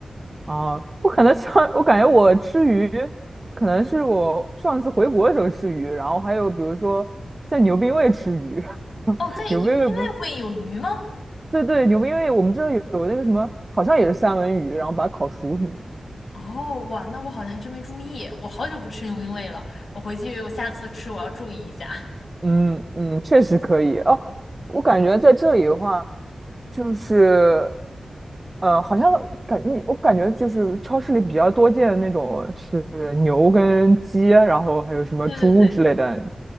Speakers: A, on the right; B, on the left.
A: 啊，我可能上，我感觉我吃鱼，可能是我上次回国的时候吃鱼，然后还有比如说在牛冰味吃鱼，<laughs>
B: 哦，在牛冰味会有鱼吗？
A: 牛冰味不是，对对，牛冰味我们这儿有有那个什么，好像也是三文鱼，然后把它烤熟什么的。
B: 哦，哇，那我好像还真没注意，我好久不吃牛冰味了，我回去我下次吃我要注意一下。
A: 嗯嗯，确实可以哦。我感觉在这里的话，就是，呃，好像感你我感觉就是超市里比较多见的那种是牛跟鸡，然后还有什么猪之类的，
B: <laughs> 对对对，